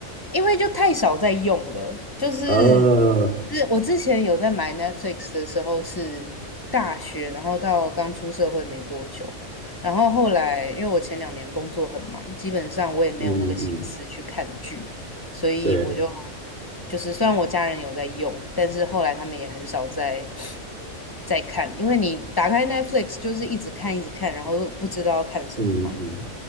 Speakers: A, on the left; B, on the right.
A: 因为就太少在用了。就是
B: 哦，
A: 是我之前有在买 Netflix 的时候是大学，然后到刚出社会没多久，然后后来因为我前两年工作很忙，基本上我也没有那个心思去看剧，
B: 嗯嗯，
A: 所以我就
B: 对，
A: 就是虽然我家人有在用，但是后来他们也很少在。在看，因为你打开 Netflix 就是一直看一直看，然后不知道要看什么嘛。
B: 嗯